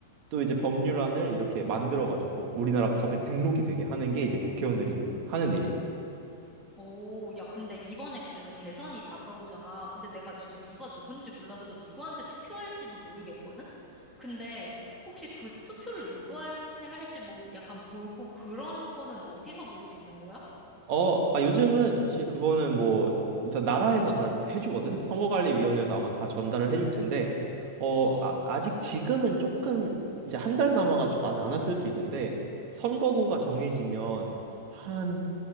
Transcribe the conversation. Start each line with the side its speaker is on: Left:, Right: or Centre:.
Right: 또 이제 법률안을 이렇게 만들어가지고 우리나라 법에 등록이 되게 하는 게 이제 국회의원들이 하는 일이야.
Centre: 오, 야, 근데 이번에 그래서 대선이 다가오잖아. 근데 내가 지금 누가 누군지 몰라서 누구한테 투표할지도 모르겠거든? 근데 혹시 그 투표를 누구한테 할지 뭐 약간 보고 그런 거는 어디서 볼 수 있는 거야?
Right: 어, 아, 요즘은 사실 그거는 뭐, 그래서 나라에서 다 해주거든? 선거관리위원회에서 아마 다 전달을 해줄 텐데, 어,
Centre: 어,
Right: 아, 아직 지금은 조금 이제 한 달 남아가지고 아직 안 왔을 수 있는데, 선거구가 정해지면 한